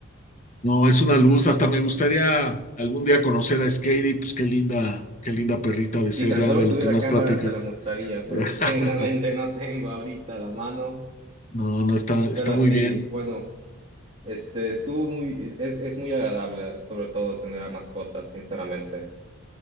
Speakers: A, on the left; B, on the right.
A: no, es una luz. Hasta me gustaría algún día conocer a Skady, pues qué linda, qué linda perrita de
B: Si
A: ser
B: tan
A: ya
B: solo
A: de
B: tuviera
A: lo que más
B: cámara
A: platico.
B: se la mostraría, pero
A: <laughs>
B: <laughs> genuinamente no tengo ahorita la mano.
A: No, no está, está
B: Pero
A: muy
B: sí,
A: bien.
B: bueno, Este, estuvo muy, es, es muy agradable, sobre todo tener a mascotas, sinceramente.